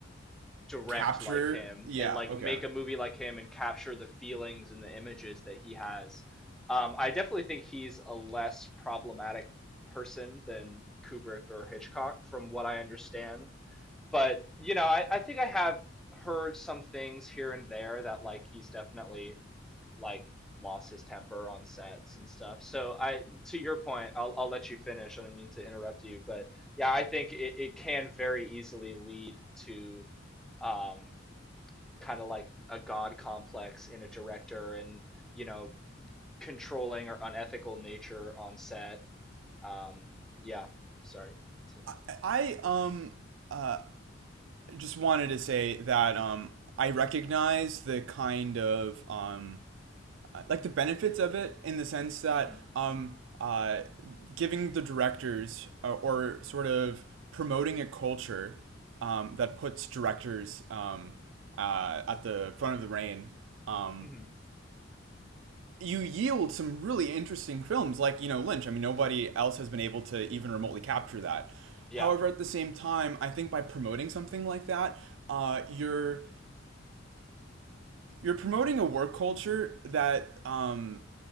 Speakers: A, in the centre; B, on the right.
A: direct
B: capture,
A: like him
B: yeah,
A: and like
B: okay.
A: make a movie like him and capture the feelings and the images that he has. Um, I definitely think he's a less problematic person than Kubrick or Hitchcock, from what I understand. But, you know, I, I think I have heard some things here and there that like he's definitely like lost his temper on sets and stuff. So I, to your point, I'll I'll let you finish. I don't mean to interrupt you, but yeah, I think it, it can very easily lead to um kind of like a god complex in a director and you know controlling or unethical nature on set um yeah sorry continue
B: I, I um uh just wanted to say that um I recognize the kind of um uh, like the benefits of it in the sense that
A: mhm
B: um uh giving the directors uh, or sort of promoting a culture um that puts directors um uh at the front of the reign um
A: mhm
B: you yield some really interesting films like you know lynch i mean nobody else has been able to even remotely capture that
A: yeah
B: however at the same time i think by promoting something like that uh, you're you're promoting a work culture that um,